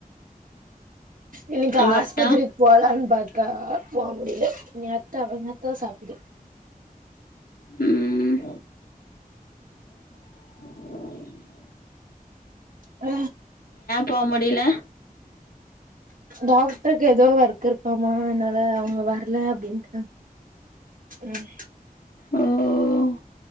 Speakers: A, on the right; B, on the left.
A: இன்னைக்கு
B: உங்கள்
A: ஆஸ்பத்திரிக்கு
B: அத்தா
A: போலான்னு பாத் கா போ முடில என் அத்த என்னத்த சாப்புது
B: ம் இம்.....
A: ஆ
B: போ முடில
A: இச் டாக்டர்க்கு ஏதோ வொர் திருப்பாமா அதுனால அவங்க வரல அப்டின்டு ம்
B: ம்